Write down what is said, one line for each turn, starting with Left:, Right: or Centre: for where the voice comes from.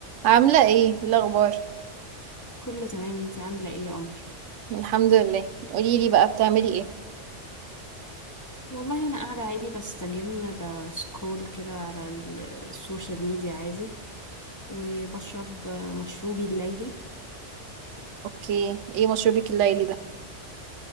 Right: عاملة ايه إيه الأخبار؟
Left: كله تمام انتي عاملة ايه يا قمر
Right: الحمد لله قولي لي بقى بتعملي ايه؟
Left: والله انا قاعدة عادي بستجم بسكرول كده على ال- السوشيال ميديا عادي وبشرب مشروبي الليلي
Right: اوكي ايه مشروبك الليلي ده؟